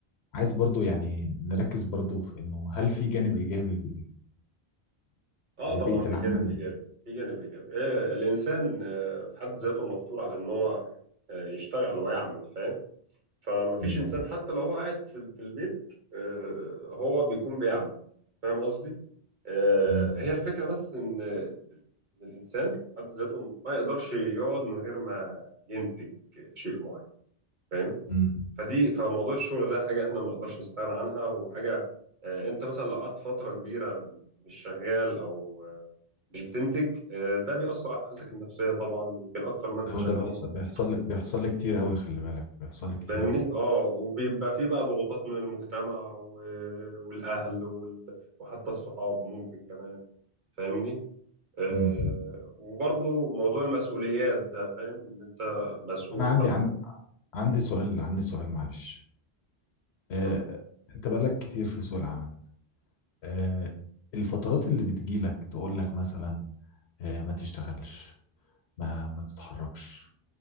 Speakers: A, on the left; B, on the right.
A: عايز برضو يعني نركز برضو في انه هل في جانب ايجابي
B: اه
A: لبيئة
B: طبعا في
A: العمل
B: جانب ايجابي في جانب ايجابي آه الانسان آه في حد ذاته مفطور على ان هو آه يشتغل ويعمل فاهم فما فيش
A: امم
B: انسان حتى لو هو قاعد في في البيت آه هو بيكون بيعمل فاهم قصدي آه
A: امم
B: هي الفكره بس ان إن الانسان في حد ذاته ما يقدرش يقعد من غير ما ينتج شيء معين فاهم
A: امم
B: فدي فموضوع الشغل ده حاجة احنا ما نقدرش نستغنى عنها وحاجة آه، انت مثلا لو قعدت فترة كبيرة مش شغال او آه، مش بتنتج آه، ده بيأثر على حالتك النفسية طبعا يمكن اكتر ما انت
A: ايوه
B: شغال
A: ده بيحصل
B: ومضغوط
A: بيحصل لي بيحصل لي كتير قوي خلي بالك بيحصل لي كتير
B: فاهمني؟
A: قوي
B: اه وبيبقى فيه بقى ضغوطات من المجتمع و- والاهل وال- وحتى الصحاب ممكن كمان فاهمني؟ آه،
A: امم
B: وبرضه موضوع المسؤوليات ده فاهم ان انت مسؤول
A: طب انا عندي
B: فانت
A: عن... عندي سؤال عندي سؤال معلش آه...
B: اتفضل.
A: انت بقالك كتير في سوق العمل آه... الفترات اللي بتجيلك تقول لك مثلا آه... ما تشتغلش ما ما تتحركش